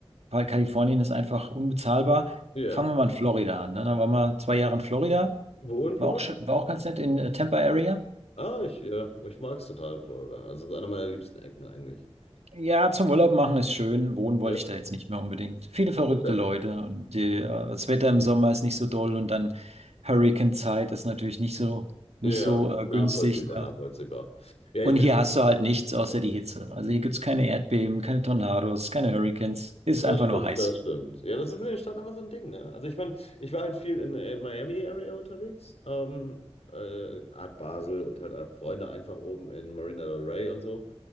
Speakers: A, on the right (about 85°); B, on the left (about 75°).
A: weil Kalifornien ist einfach unbezahlbar.
B: Ja.
A: Fangen wir mal in Florida an. Ne? Dann waren wir zwei Jahre in Florida,
B: Wo in Florida?
A: war auch, schön- war auch ganz nett in äh, Tampa Area.
B: Ah, ich, ja, ich mag's total in Florida. Also es ist einer meiner liebsten Ecken eigentlich.
A: Ja, zum Urlaub machen ist schön, wohnen wollte
B: Ja,
A: ich da jetzt nicht mehr unbedingt. Viele verrückte
B: okay.
A: Leute und die, äh, das Wetter im Sommer ist nicht so doll und dann Hurricane-Zeit ist natürlich nicht so,
B: Ja,
A: nicht
B: ja,
A: so äh,
B: nachvollziehbar,
A: günstig. Ne?
B: nachvollziehbar. Ja,
A: Und
B: ich bin
A: hier hast du halt nichts außer die Hitze. Also hier gibt's keine Erdbeben, keine Tornados, keine Hurricanes. Ist
B: Das
A: einfach
B: stimmt,
A: nur heiß.
B: das stimmt. Ja, das ist in den Staaten einfach so ein Ding, ne? Also ich meine, ich war halt viel in, in Miami-Area unterwegs, ähm, äh, Art Basel und halt auch Freunde einfach oben in Marina del Rey und so.